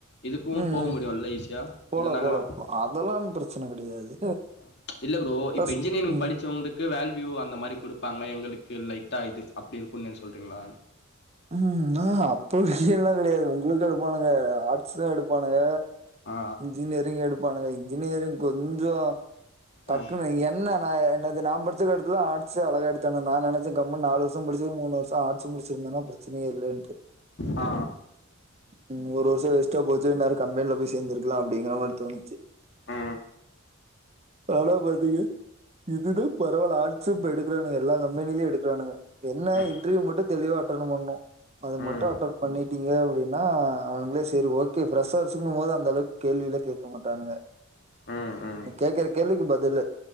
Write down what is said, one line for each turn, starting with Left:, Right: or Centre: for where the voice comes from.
Left: இதுக்கு
Right: ம்
Left: போக
Right: ம்.
Left: முடியு ல ஈஸியா
Right: போலாம்
Left: இல்னாங்கா
Right: போலாம் போலாம். அதெல்லாம் பிரச்சனை கிடையாது
Left: அ இல்ல ப்ரோ
Right: அதான்
Left: இப்ப
Right: ஸ்-
Left: இன்ஜினியரிங்
Right: ம்
Left: படிச்சவுங்களு க்கு வேல்வியூ அந்த மாரி குடுப்பாங்க எங்களுக்கு லைட்டா இது அப்டி இருக்குன்னு எது சொல்றீங்களா
Right: ம் ஹு ஆ ஹா அப்டி எல்லா கெடையாது உங்களுக்கு எடுப்பானுக ஆர்ட்ஸ் தா எடுப்பானுக
Left: ஆ
Right: இன்ஜினியரிங் எடுப்பானுங்க இன்ஜினியரிங் கொஞ்சோ டக்குனு
Left: ஆ
Right: என்ன னா என்னது நா படிச்ச எடத்துல தா ஆட்ஸ் அழகா எடுத்தானுங்க நா நெனச்ச கம்முன் நாலு வர்ஷோ படிச்சது மூனு வர்ஷோ ஆட்ஸ் முடிச்சிருந்தா பிரச்சினையே இல்லன்ட்டு
Left: ஆ
Right: ம் ஒரு வர்ஷோ வேஸ்ட்டா போச்சு இந்நேரோ கம்பென்ல போய் சேந்துருக்கலா அப்டிங்கிற மார் தோணுச்சு
Left: அ
Right: தானா பாத்தீங்க இதுதா பரவால்ல ஆட்ஸு இப்ப எடுக்கறானுங்க எல்லா கம்பெனிலியு எடுக்கறானுக என்ன
Left: ம்
Right: இன்டர்வியூ மட்டு தெளிவா அட்டன் பண்ணு அது
Left: ம்
Right: மட்டு அட்டன் பண்ணிட்டீங்க அப்டின்னா அவனுங்ளே செரி ஓகே ஃப்ரெஷ்ஷர்ஸுங்கும் போது அந்தளவுக் கேள்வில்லா கேக்க மாட்டானுங்க
Left: <inaudible> ம்
Right: கேக்கற கேள்விக்கு பதிலு